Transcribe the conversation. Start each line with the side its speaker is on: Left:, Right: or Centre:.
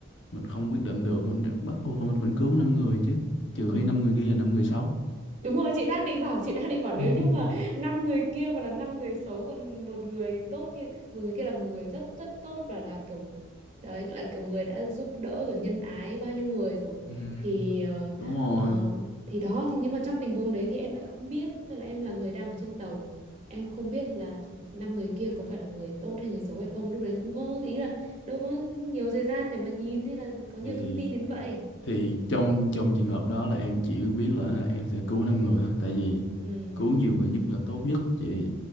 Left: mình không quyết định được mình bắt buộc là mình phải cứu năm người chứ trừ
Right: Ừ.
Left: khi năm người kia là năm người xấu
Right: Đúng rồi, chị đang định bảo, chị đang định bảo nếu
Left: <laughs>
Right: như mà năm người kia mà là năm người xấu còn một người tốt kia, một người kia là một người rất rất tốt và là kiểu đấy là kiểu người đã giúp đỡ rồi nhân ái bao nhiêu người rồi
Left: ừ.
Right: thì ờ,
Left: đúng rồi
Right: ờ, thì đó thì nhưng mà trong tình huống đấy thì em lại không biết, tức là em là người đang ở trên tàu. Em không biết là năm người kia có phải là người tốt hay người xấu hay không, lúc đấy không có ý là đâu có nhiều thời gian để mà nhìn hay là có nhiều
Left: thì
Right: thông tin đến vậy.
Left: thì trong trong trường hợp đó là em chỉ biết là ha, em sẽ cứu năm người thôi tại vì
Right: Ừ.
Left: cứu nhiều người nhất là tốt nhất chị